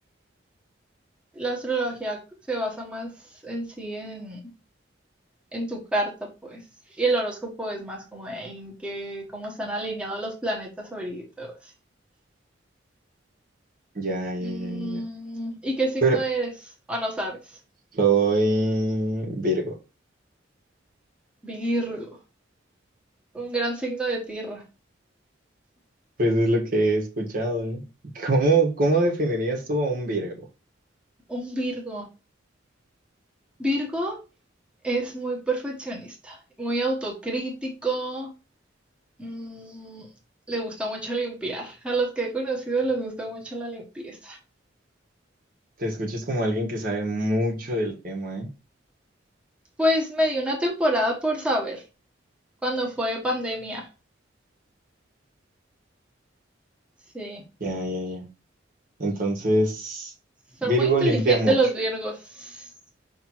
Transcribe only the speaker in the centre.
La astrología se basa más en sí en en tu carta, pues. Y el horóscopo es más como de en qué cómo están alineados los planetas ahorita o así.
Mm,
¿y qué signo
eres? O no sabes.
Virgo, un gran signo de tierra.
Un Virgo. Virgo es muy perfeccionista, muy autocrítico. mm, le gusta mucho limpiar. A los que he conocido les gusta mucho la limpieza.
Pues me dio una temporada por saber, cuando fue pandemia. Sí.
Son
muy inteligentes
los Virgos,